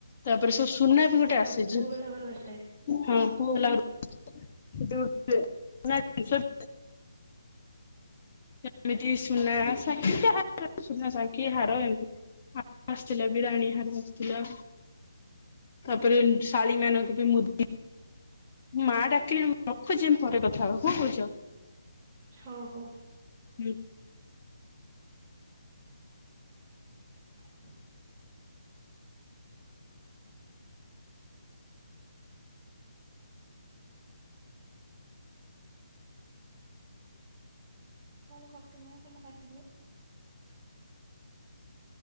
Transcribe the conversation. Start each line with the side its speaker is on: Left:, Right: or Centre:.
Left: ତାପରେ ସବ ସୁନାବି
Right: ସେଇଟା
Left: ଗୋଟେ ଆଶୁଚି।
Right: ପୁଅ ବାଲା ଘରୁ ଆସିଥାଏ
Left: ହଁ କୁଲ୍ଲା ଯଂ ଯଏଁ ଜର <unintelligible> ଏମିତି ସୁନା ସାନଖି ଯାହା ବି ହଉ ହାର ଫାର ସୁନାସାନଖି ହାର ଏମୀତି ଆସିଥିଲା ବି ରାଣୀ ହାର ଆସିଥିଲା। ତାପରେ ଶାଳି ମାନଙ୍କୁବି ମୁଦି ମାଆ ଡାକିଲେ ମୁଁ ରଖୁଛି ପରେ କଥା ହବା। କଣ କହୁଚ?
Right: ହଉ, ହଉ।
Left: ହୁଁ।
Right: ଟ୍ରାକୁହୁଁ କଲ୍ କଟୁନିମ ତମେ କାଟିଦିଅ।